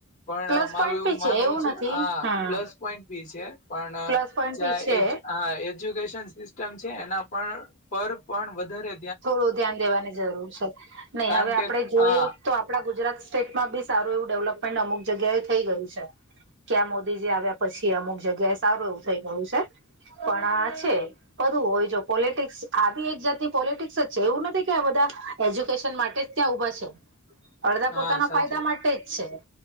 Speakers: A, on the left; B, on the right.
A: પણ
B: પ્લસ
A: મારું
B: પોઈન્ટ
A: એવું
B: બી
A: માનવું છે,
B: નથી
A: આ
B: હમ
A: પ્લસ., પોઇન્ટ બી છે પણ
B: પ્લસ પોઈન્ટ
A: જ્યાં
B: બી છે
A: આ એજ્યુકેશન, સિસ્ટમ છે એના પર પણ વધારે,
B: થોડુ ધ્યાન દેવાની જરૂર છે. નહી
A: કારણ
B: હવે
A: કે
B: આપડે જોઈએ,
A: હા
B: તો આપણા ગુજરાત સ્ટેટમાં બી સારું એવું ડેવલપમેન્ટ અમુક જગ્યાએ થઈ ગયું છે., ક્યાં મોદીજી આવ્યા પછી, અમુક જગ્યાએ સારું એવું થઇ ગયું છે., પણ આ છે. બધું હોય જો પોલિટિક્સ આવી એક જાતિ., પોલિટિક્સ જ છે એવું નથી કે આ બધા એજ્યુકેશન માટેજ ત્યાં ઊભા છે, અડધા
A: હા
B: પોતાના
A: સાચી
B: ફાયદા
A: વાત
B: માટે જ છે.